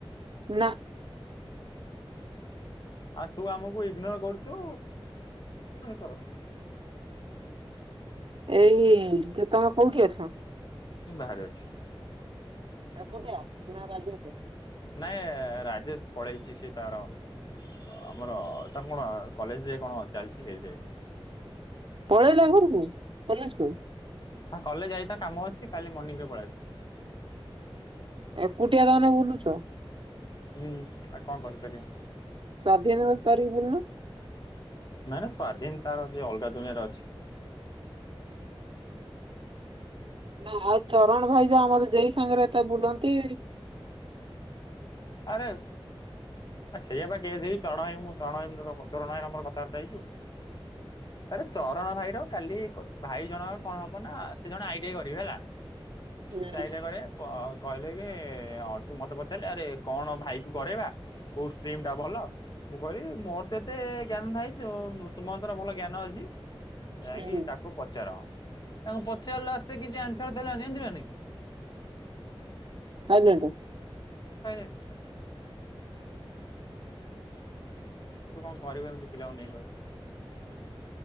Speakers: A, on the right; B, on the left.
A: ନା।
B: ଆଉ ତୁ ଆମକୁ ଇଗ୍ନୋର କରୁଛୁ କର
A: ଏଇ ତମେ କୋଉଠି ଅଛ?
B: ବାହାରେ ଅଛି।
A: ଏକୁଟିଆ ନାଁ ରାଜେଶେ
B: ନାଇଁ ରାଜେଶ ପଳେଇଛି ସିଏ ତାର ଆମର ତାଙ୍କ କଣ କଲେଜରେ କଣ ଚାଲିଛି ସେଇଥିପାଇ
A: ପଳେଇଲା ଘରକୁ କଲେଜେ କୁ
B: ହଁ କଲେଜ ଯାଇ ତା କାମ ଅଛି କାଲି ମର୍ଣ୍ଣିଂରେ ପଳେଇଆସିବ।
A: ଏକୁଟିଆ ତାହେଲେ ବୁଲୁଚ।
B: ହୁ ଆଉ କଣ କରିପାରିବା।
A: ସ୍ଵାଧୀନ ତାରିକ ବୁଲୁନ
B: ନାଇଁ ନାଇଁ ସ୍ଵାଧୀନ୍ ତାର ସେ ଅଲଗା ଦୁନିଆ ରେ ଅଛି।
A: ନା ଆଉ ଚରଣ ଭାଇ ଯା ଆମର ଯେଇ ସାଙ୍ଗରେ ତା ବୁଲନ୍ତି।
B: ଆରୋଉ ସେଇଆ ବା କେସ ହେଇଚି ଚଣ ଭାଇ ମୁ ଚଣ ଭାଇ ମତେ କଣ କ ଚରଣ ଭାଇର ମୋର ଥାବାର୍ତ୍ତା ହେଇଚୁ ଆରେ ଚରଣ ଭାଇର କାଲି ଭାଇ ଜଣଙ୍କ କଣ ହବ ନା ସେ ଜଣେ ଆଇଟାଇ କରିବେ ହେଲା।
A: ହୁଁ
B: ସେ ଆଇଟିଆଇ କରିବେ କ କହିଲେ କି ଅର୍ଜୁ ମତେ ପଚାରିଲେ ଆରେ କଣ ଭାଇ କୁ କରେଇବା କୋଉ ଷ୍ଟିମ୍ ଟା ଭଲ ମୁଁ କହିଲି ମୋର ତ ଏତେ ଜ୍ଞାନ ନାହିଁ ସୁମନ୍ତ ର ଭଲ ଜ୍ଞାନ ଅଛି। ଯାଇଁକି
A: ହୁଁ।
B: ତାକୁ ପଚାର ତାଙ୍କୁ ପଚାରିଲା ସେ କିଛି ଆନ୍ସର ଦେଲାନି ଜାଣିିଚୁକି ନାଇଁ
A: ସାଇଲେଣ୍ଟ
B: ସାଇଲେଣ୍ଟସ ତୁ କଣ କରିବୁ ଏମତି ପିଲାଙ୍କୁ ନେଇ କହିଲୁ